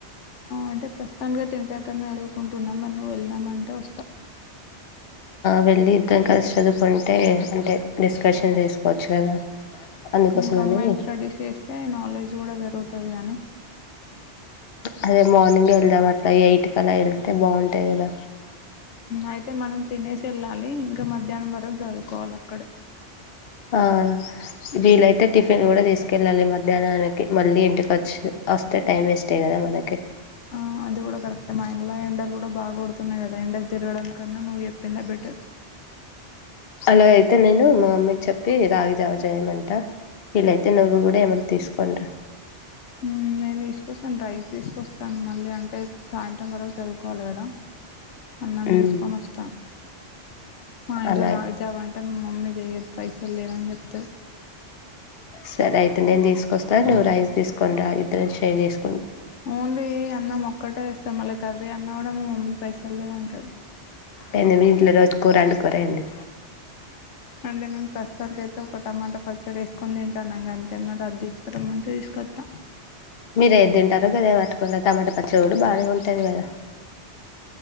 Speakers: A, on the left; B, on the left.
A: అంటే ప్రస్తుతానికి తఇంటి దగ్గర చదువుకుంటున్నాం మన్న వెళ్దామ అంటే వస్తాం
B: వెళ్ళి ఇద్దాం కలిసి చదువుకుంటే అంటే డిస్కషన్ చేసుకోవచ్చు కదా అందుకోసం
A: కంబైన్
B: అని
A: స్టడీస్ చేస్తే నాలెడ్జ్ కూడా పెరుగుతుంది కానీ
B: అదే మార్నింగ్ వెళ్దాం అట్లా ఎయిట్కి అలా వెళ్తే బాగుంటాయి కదా
A: అయితే మనం తినేసి వెళ్ళాలి ఇంకా మధ్యాహ్నం వరకు చదువుకోవాలి అక్కడే
B: ఆ వీళ్లైతే టిఫిన్ కూడా తీసుకెళ్ళాలి మధ్యాహ్నానికి ఓ మళ్ళీ ఇంటికి వచ్చి వస్తే టైం వేస్ట్ అయ్య కదా మనకి
A: ఆ అది కూడా కరెక్టే మా ఇంట్లో ఎండలు కూడా బాగా కొడుతున్నాయ్ కదా ఎండకి తిర గడం కన్నా నువ్వు చెప్పిందే బెటర్
B: ఇలాగయితే నేను మా అమ్మీకి చెప్పి రాగి జావ చేయమంట వీలయితే నువ్వు కూడా ఏమన్నా తీసుకోండ్ర
A: ఉమ్ నేను తీసుకొస్తాను రైస్ తీసుకొస్తాను మళ్ళీ అంటే సాయంత్రం వరకు చదువుకోవాలి కదా అన్నం
B: ఉమ్,
A: తీసుకొని వస్తాం మా ఇంట్లో
B: అలా
A: రాగి జావా అంటే మా మమ్మీ చేయదు పైసలు లేవని చెప్తది
B: సరే అయితే నేను తీసుకొస్తా నువ్వు రైస్ తీసుకొని రా ఇద్దరం షేర్ చేసుకుందాం
A: ఓన్లీ అన్నం ఒక్కటే తెస్తా మళ్లీ కర్రీ అన్న కూడా మా మమ్మీ పైసలు లేవు అంటది
B: అయినా మీ ఇంట్లో రోజు కూర వండుకోరా ఏంది
A: అంటే మేము ప్రస్తుతానికి అయితే ఒక టమాటా పచ్చడి వేసుకని తింటాను ఇగా అంతే మరి అది తీసుకరమ్మంటే తీసుకొ వద్ద
B: మీరే తింటారో గాదే పట్టుకారా టమాటా పచ్చడి కూడా బాగానే ఉంటది కదా